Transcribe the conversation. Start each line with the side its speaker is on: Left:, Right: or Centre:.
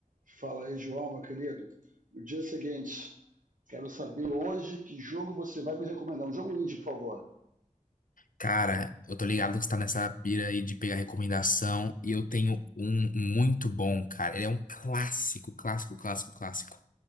Right: Fala aí, João, meu querido. No dia seguinte, quero saber hoje que jogo você vai me recomendar. Um jogo indie, por favor.
Left: Cara, eu tô ligado que você tá nessa pira aí de pegar recomendação e eu tenho um muito bom, cara. Ele é um clássico, clássico, clássico, clássico.